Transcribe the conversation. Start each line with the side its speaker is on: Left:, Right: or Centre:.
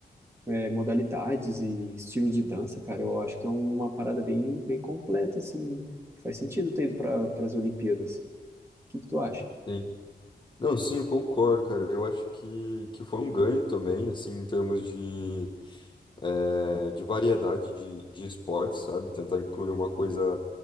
Right: é, modalidades e estilos de dança, cara, eu acho que é uma parada bem, bem completa, assim. Faz sentido ter ido para as Olimpíadas. O que que tu acha?
Left: Sim. Não, sim, eu concordo, cara. Eu acho que, que foi um ganho também, assim, em termos de, eh, de variedade de, de esportes, sabe? Tentar incluir uma coisa